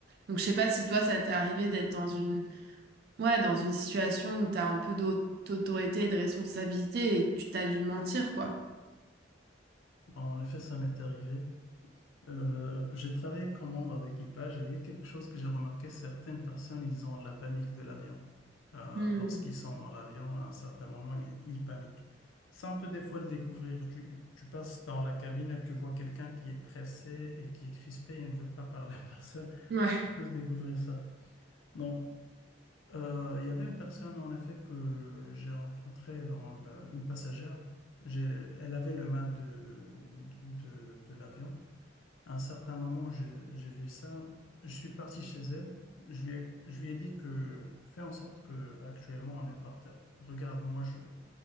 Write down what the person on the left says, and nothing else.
en effet, ça m'est arrivé. Euh, j'ai travaillé comme membre d'équipage et il y a quelque chose que j'ai remarqué, certaines personnes, ils ont la panique de l'avion. Euh,
lorsqu'ils sont dans l'avion, à un certain moment, ils, ils paniquent. Ça, on peut des fois le découvrir. Tu, tu passes dans la cabine et tu vois quelqu'un qui est pressé et qui est crispé et ne veut pas parler à <laughs> personne.
Tu peux découvrir ça. Donc, euh, il y avait une personne, en effet, que j'ai rencontrée dans la- une passagère. J'ai- elle avait le mal de, de de- de l'avion. À un certain moment, j'ai j'ai vu ça. Je suis parti chez elle. Je lui ai, je lui ai dit que fais en sorte que actuellement on est par terre. Regarde, moi je,